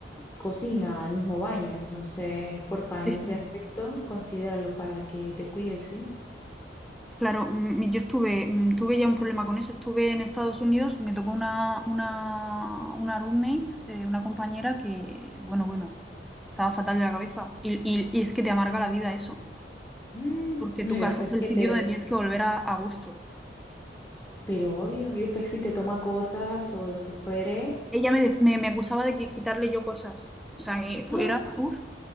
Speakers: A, on the left; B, in the centre.
A: cocina, al mismo baño. Entonces, porfa, en
B: Sí,
A: ese
B: sí.
A: aspecto, considéralo para que te cuides, ¿sí?
B: Claro, mm, yo estuve, mm, tuve ya un problema con eso. Estuve en Estados Unidos y me tocó una, una, una roommate, eh, una compañera que, bueno, bueno, estaba fatal de la cabeza. Y, y- y es que te amarga la vida eso,
A: Mm,
B: porque
A: no,
B: tu
A: y
B: casa
A: después
B: es el
A: que
B: sitio
A: te,
B: donde tienes que volver a, a gusto.
A: Pero obvio, y después si te toma cosas o lo que fuere.
B: Ella me, dec- me, me acusaba de qui- quitarle yo cosas. O sea, eh, fue-
A: ¡No!
B: era, uf,